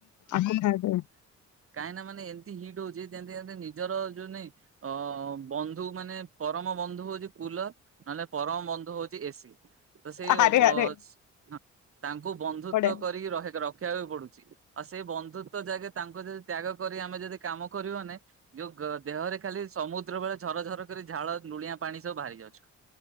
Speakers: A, on the left (about 75°); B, on the right (about 45°).
A: ଆକୁ ଖାଇବାକୁ।
B: କାହିଁକିନା ମାନେ ଏମିତି ହିଟ୍ ହଉଛି ଯେମତି ଯେମତି ନିଜର ଯୋଉ ନାଇଁ ଅ, ବନ୍ଧୁ ମାନେ ପରମ ବନ୍ଧୁ ହଉଛି କୁଲର୍, ନହେଲେ ପରମ ବନ୍ଧୁ ହଉଛି ଏସି। ତ ସେଇ
A: ଆରେ
B: ଅବସ୍
A: ଆରେ
B: ନା ତାଙ୍କୁ ବନ୍ଧୁତ୍ଵ
A: ପଡେ
B: କରିକି ରହେ ରଖିବାକୁ ପଡୁଛି। ଆଉ ସେଇ ବନ୍ଧୁତ୍ଵ ଯାକେ ତାଙ୍କୁ ଯଦି ତ୍ୟାଗ କରି ଆମେ ଯଦି କାମ କରିବନି। ଯୋଉ ଗ-ଦେହରେ ଖାଲି ସମୁଦ୍ର ବେଳେ ଝର ଝର କରି ଝାଳ ନୁଳିଆ ପାଣି ସବୁ ବାହାରି ଯାଉଛି।